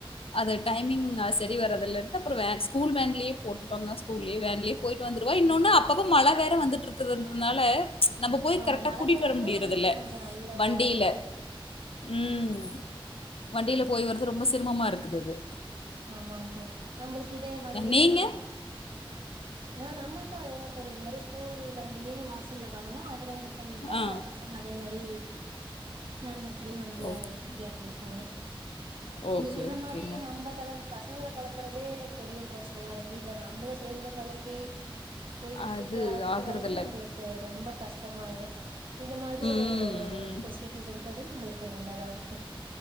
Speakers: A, on the left; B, on the right.
A: அது டைமிங் சரி வரதில்லன்டு அப்புறோ வேற ஸ்கூல் வேன்லேயே போட்டுட்டோங்க ஸ்கூல்லேயே வேன்லேய போயிட்டு வந்துருவா இன்னொன்னு அப்பப்போ மழ வேற வந்துட்டுருக்குறதுன்றனால நம்ம போய்
B: ஆமா
A: கரெக்ட்டா
B: மழ
A: கூட்டிட்டு
B: காலத்துல
A: வர முடியறதில்ல
B: நம்பளுக்கு கொஞ்சோ நல்ல
A: வண்டில
B: இதா இருக்கு
A: ம் வண்டில போய் வரது ரொம்ப சிரமமா இருக்குது இது
B: ஆமாங்க தோழி நம்மளுக்கு இதே வண்டினா
A: நீங்க
B: ஆ நம்மளுக்கு அதேதா தோழி இந்த மாரி ஸ்கூல் வண்டியே வாசல்ல வரு அதுல இது பண்ணிட்டா
A: ஆ
B: பசங்க அதே மாரி சேந்தரத்திலேயே வந்து
A: ஓ
B: எறங்கிருப்பாங்க
A: ஓகே
B: நீங்க சொல்ற
A: ஓகேங்க
B: மாரியே நம்ப கெள பசங்கள கெளப்பறதே பெரிய பிரச்சனையா இருக்கு இதுல நம்மளு சேந்து கெளம்பி போய் விட்டுட்டு
A: அது
B: அழச்சிட்டு
A: ஆகறதில்ல
B: வர்றது நம்மளுக் கு ரொம்ப கஷ்டமாயிடு இந்த மாதிரி
A: ம்
B: ஒரு
A: ம்
B: பெசிலிட்டிஸ் இருக்குறது நம்மளுக்கு சின்னதாக இருக்கு